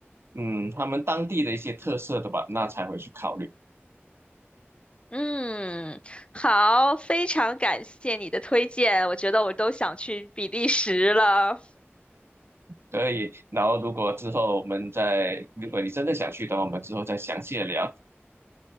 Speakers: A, on the right; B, on the left.
A: 嗯他们当地的一些特色的吧，那才会去考虑。
B: 嗯，好，非常感谢你的推荐，我觉得我都想去比利时了。
A: 所以，然后如果之后我们再，如果你真的想去的话，我们之后再详细的聊。